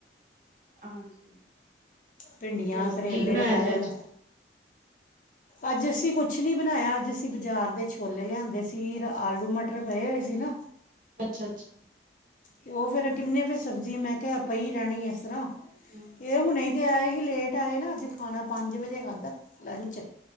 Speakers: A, on the right; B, on the left.
A: ਹਾਂਜੀ,
B: ਭਿੰਡੀਆਂ
A: ਹੋਰ
B: ਕਰੇਲੇ
A: ਕੀ ਬਣਾਇਆ
B: ਲਗਾਏਗਾ
A: ਜੇ ਅੱਜ?
B: ਅੱਜ ਅਸੀਂ ਕੁਛ ਨੀ ਬਣਾਇਆਂ, ਅੱਜ ਅਸੀਂ ਬਾਜ਼ਾਰ ਦੇ ਛੋਲੇ ਲਿਆਂਦੇ ਸੀ, ਆਲੂ ਮਟਰ ਪਏ ਹੋਏ ਸੀ ਨਾ।
A: ਅੱਛਾ, ਅੱਛਾ।
B: ਤੇ ਉਹ ਫਿਰ ਕਿੰਨੇ ਫੇਰ ਸਬਜ਼ੀ ਮੈਂ ਕਿਹਾ ਪਈ ਰਹਿਣੀ ਇਸ ਤਰ੍ਹਾਂ।
A: ਹੂੰ।
B: ਇਹ ਹੁਣੇ ਤੇ ਆਏ ਹੀ ਲੇਟ ਆਏ ਨਾ, ਅੱਜ ਖਾਣਾ ਪੰਜ ਵਜੇ ਖਾਧਾ ਲੰਚ।